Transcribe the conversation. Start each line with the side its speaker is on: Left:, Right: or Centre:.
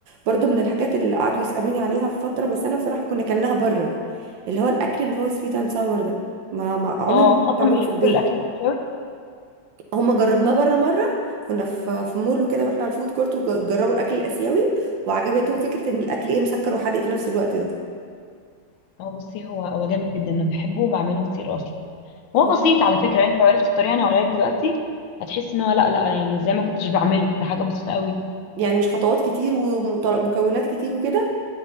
Right: برضو من الحاجات اللي قعدوا يسالوني عليها في فتره بس انا بصراحه كنا كانها بره اللي هو الاكل اللي هو سويت اند ساور ده ما, ما عمري
Left: اه
Right: ما
Left: هم اصلا
Right: كنت بعمله
Left: بيحبوا
Right: في البيت
Left: الاكل الاسيوي
Right: هما جربناه بره مره كنا في في مول وكده رحنا على الفود كورت وجربوا الاكل الاسيوي وعجبتهم فكره ان الاكل ايه مسكر وحادق في نفس الوقت ده
Left: هو بصي هو هو جامد جدا انا بحبه وبعمله كتير اصلا هو
Right: مم.
Left: بسيط على فكره يعني انت لو عرفت الطريقه انا هقولها لك دلوقتي هتحس ان هو لا لا يعني ازاي ما كنتش بعمله ده حاجه بسيطه قوي
Right: يعني مش خطوات كتير ومكونات كتير وكده